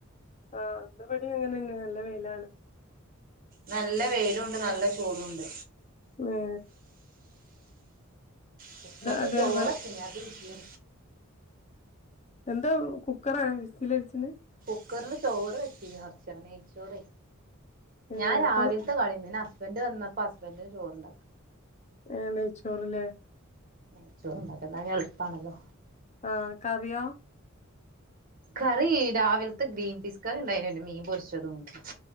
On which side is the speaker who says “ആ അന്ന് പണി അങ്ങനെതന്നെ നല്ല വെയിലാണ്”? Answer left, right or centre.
Left